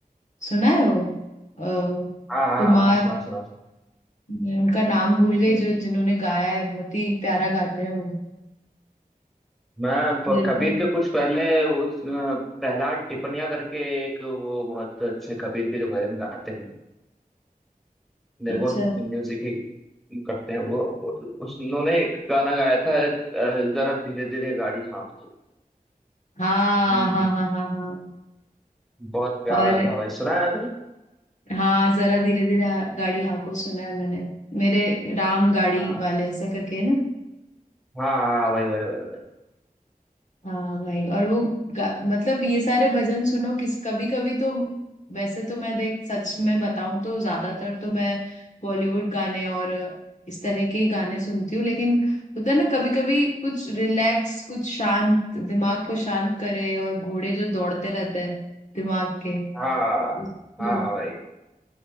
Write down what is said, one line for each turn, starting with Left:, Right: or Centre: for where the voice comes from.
Left: सुना है वो अ,
Centre: हाँ हाँ
Left: कुमार
Centre: हाँ सुना सुना सुना
Left: मैं उनका नाम भूल गई
Centre: हम्म।
Left: जो जिन्होंने गाया है बहुत ही प्यारा गाते हैं वो
Centre: मैं प-
Left: निर्भय
Centre: कबीर के कुछ पहले उस अ, प्रहलाद टिपनिया करके एक वो बहुत अच्छे कबीर के जो भजन गाते हैं निर्गुण
Left: अच्छा
Centre: म्यूजिक ही करते हैं वो और उस उन्होंने एक गाना गाया था अ, जरा धीरे धीरे गाड़ी हाँको
Left: हाँ
Centre: हम्म,
Left: हाँ हाँ हाँ हाँ
Centre: बहुत प्यारा
Left: और
Centre: था भाई सुना है ना
Left: हाँ जरा धीरे धीरे गाड़ी हाँको सुना है मैंने मेरे राम गाड़ी
Centre: तुमने
Left: वाले ऐसा करके है ना
Centre: हाँ हाँ वही वही वही वही
Left: हाँ भाई और वो गा- मतलब ये सारे भजन सुनो किस कभी कभी तो वैसे तो मैं देख सच में बताऊं तो ज्यादातर तो मैं बॉलीवुड गाने और इस तरह के ही गाने सुनती हूँ लेकिन होता है ना कभी कभी कुछ रिलैक्स कुछ शांत दिमाग को शांत करे और घोड़े जो दौड़ते रहते हैं दिमाग के
Centre: हाँ
Left: उसको
Centre: हाँ वही